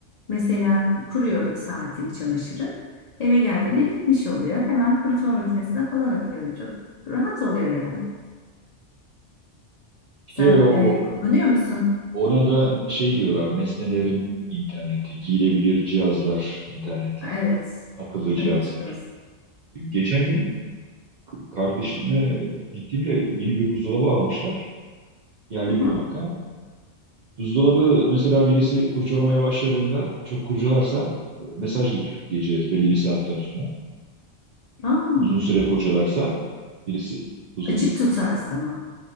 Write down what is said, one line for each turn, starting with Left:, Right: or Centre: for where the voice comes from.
Left: Mesela kuruyorum saatini çamaşırı. Eve geldiğimde bitmiş oluyor. Hemen kurutma makinesine falan atıyorum. Çok rahat oluyor yani.
Right: İşte
Left: Sen
Right: o
Left: e, kullanıyor
Right: o-
Left: musun?
Right: ona da şey diyorlar nesnelerin interneti, giyilebilir cihazlar internetli,
Left: Evet.
Right: akıllı cihazlar.
Left: Evet, orası.
Right: Geçen gün Kardeşimle e, gittiğimde yeni bir buzdolabı almışlar. Yerli
Left: Hı hı.
Right: bir marka. Buzdolabı mesela birisi kurcalamaya başladığında çok kurcalarsa e, mesaj gidiyor gece yarısı belli bir saatten sonra.
Left: Aa,
Right: Uzun süre kurcalarsa birisi buzdolabının
Left: açık
Right: kapağını
Left: tutar sana.